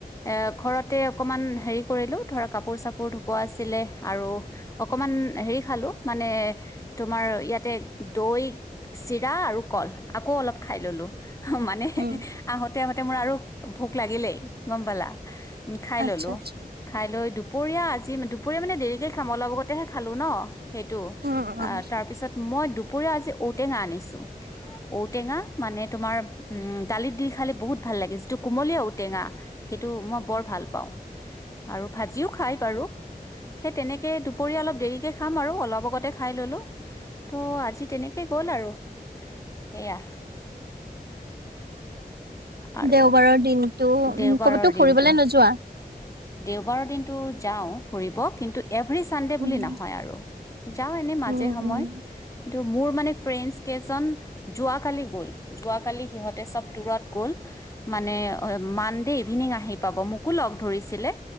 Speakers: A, on the left; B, on the right.
A: এ, ঘৰতে অকমান হেৰি কৰিলো ধৰা, কাপোৰ চাপোৰ ধুপোৱা আছিলে আৰু অকমান হেৰি খালো মানে, তোমাৰ ইয়াতে দৈ, চিৰা, আৰু কল আকৌ অলপ খাই ললো মানে,
B: উম
A: আহোঁতে আহোতে মোৰ আৰু ভোক লাগিলেই গম পালা উ খাই
B: আচ্ছা
A: ললো,
B: আচ্ছা
A: খাই লৈ দুপৰীয়া আজি দুপৰীয়া মানে দেৰিকে খাম, অলপ আগতেহে খালো ন সেইটো,
B: উম উম
A: তাৰপিছত মই দুপৰীয়া আজি ঔটেঙা আনিছোঁ, ঔটেঙা মানে তোমাৰ উম, দালিত দি খালে বহুত ভাল লাগে, যিটো কুমলীয়া ঔটেঙা সেইটো মই বৰ ভাল পাওঁ, আৰু ভাজিও খাই বাৰু সেই তেনেকৈ, দুপৰীয়া অলপ দেৰিকে খাম আৰু অলপ আগতে খাই ললোঁ ত' আজি তেনেকে গ'ল, আৰু সেয়া আৰু
B: দেউবাৰৰ দিনতটো উ
A: দেওবাৰৰ
B: কবতো
A: দিনটো
B: ফুৰিবলে নোযোৱা
A: দেওবাৰৰ দিনটো যাওঁ ফুৰিব, কিন্তু এভৰি চানডে বুলি
B: উম
A: নহয় আৰু, যাওঁ এনে মাজে
B: উম।
A: সময় কিন্ত মোৰ মানে, ফ্ৰেন্স কেইজন যোৱা কালি‌ গ'ল সিহঁতে চব দূৰত গ'ল মানে মানডে' ইভিনিং আহি পাব মোকো লগ ধৰিছিলে